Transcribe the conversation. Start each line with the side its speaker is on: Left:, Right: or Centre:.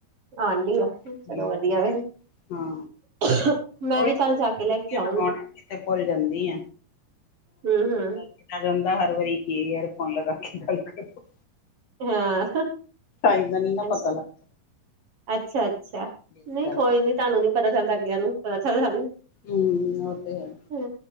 Right: ਆਉਣ ਡਈ ਆ ਚਲੋ
Left: ਹੈ।
Right: ਵਧੀਆ ਫੇਰ
Left: ਹਾਂ,
Right: ਮੈਂ
Left: ਉਹੀ
Right: ਵੀ ਕੱਲ
Left: ਭੁੱਲ
Right: ਜਾ
Left: ਜਾਂਦੀ
Right: ਕੇ ਲੈ ਕੇ
Left: ਆ
Right: ਆਊਂਗੀ।
Left: ਲਗਾਉਣਾ ਸੀ ਤੇ ਭੁੱਲ ਜਾਂਦੀ
Right: ਹੂੰ ਹੂੰ
Left: ਕਿਆ ਜਾਂਦਾ ਹਰ ਵਾਰੀ ਕੀ ਏਅਰਫੋ਼ਨ ਲਗਾ ਕੇ ਗੱਲ ਕਰੋ।
Right: ਹਾਂ।
Left: ਟਾਈਮ ਦਾ ਨੀ ਨਾ ਪਤਾ
Right: ਅੱਛਾ,
Left: ਲੱਗਦਾ।
Right: ਅੱਛਾ-ਅੱਛਾ ਨਹੀਂ
Left: ਇਸ ਕਰਕੇ
Right: ਕੋਈ ਨੀ ਤੁਹਾਨੂੰ ਨੀ ਪਤਾ ਚੱਲਦਾ ਅਗਲਿਆਂ ਨੂੰ ਪਤਾ ਚੱਲਦਾ ਸਾਨੂੰ
Left: ਹੂੰ ਉਹ ਤੇ ਹੈ।
Right: ਹੂੰ